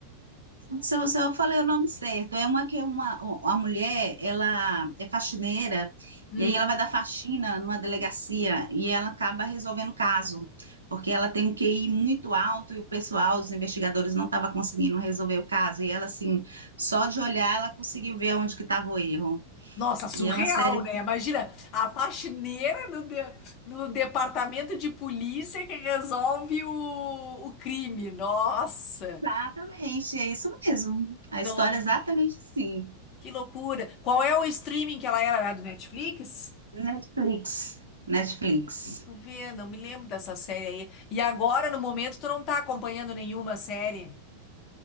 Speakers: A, on the right; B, on the left.
A: se eu, se eu falei o nome certo, é uma que é uma, uma mulher, ela é faxineira
B: Hum.
A: e aí ela vai dar faxina numa delegacia e ela acaba resolvendo o caso, porque ela tem um QI muito alto e o pessoal, os investigadores não estavam conseguindo resolver o caso e ela assim, só de olhar ela conseguiu ver onde que estava o erro.
B: Nossa, surreal,
A: E é uma série
B: né? Imagina a faxineira no, de- no departamento de polícia que resolve o, o crime. Nossa,
A: Exatamente, é isso mesmo. A história
B: não,
A: é exatamente assim.
B: que loucura. Qual é o streaming que ela era? Era do Netflix?
A: Netflix, Netflix.
B: Tu vê, não me lembro dessa série aí. E agora, no momento, tu não tá acompanhando nenhuma série?